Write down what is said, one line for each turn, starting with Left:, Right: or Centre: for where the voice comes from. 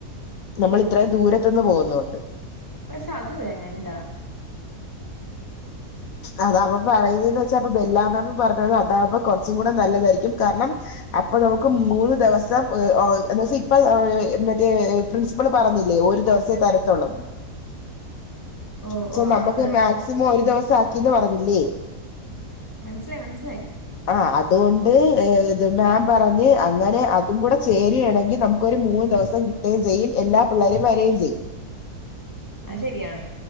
Left: നമ്മള് ത്രേം ദൂരത്ത്ന്ന് പോകുന്നോണ്ട്
Right: പക്ഷെ അത് വേണ്ട
Left: അതാ പറയുന്നതന്ന് വെച്ചാ അപ്പൊ ബെല്ലാ മാമ് പറഞ്ഞത് അതാകുമ്പ കൊറച്ചും കൂടെ നല്ലതായിരിക്കും കാര്ണം അപ്പൊ നമുക്ക് മൂന്ന് ദെവസം എന്താച്ച ഇപ്പൊ അഹ് മറ്റേ പ്രിൻസിപ്പള് പറഞ്ഞില്ലേ ഒരു ദെവസേ തരത്തൊള്ളന്ന്
Right: ഓ
Left: ക്ഷേ
Right: ഓ
Left: നമ്മക്ക്
Right: അത്
Left: മാക്സിമം ഒരു ദെവസം ആക്കീന്ന് പറഞ്ഞില്ലേ
Right: മൻസ്സിലായി മൻസ്സിലായി
Left: ആഹ് അതുകൊണ്ട് ഏഹ് ഇത് മേം പറഞ്ഞ്. അങ്ങനെ അതും കൂടെ ചേര് ആണെങ്കി നമുക്കൊരു മൂന്ന് ദെവസം കിട്ടെ ചെയ്യും. എല്ലാ പിള്ളേരും വരെ ഉം ചെയ്യും
Right: അഹ് ശെരിയാണ്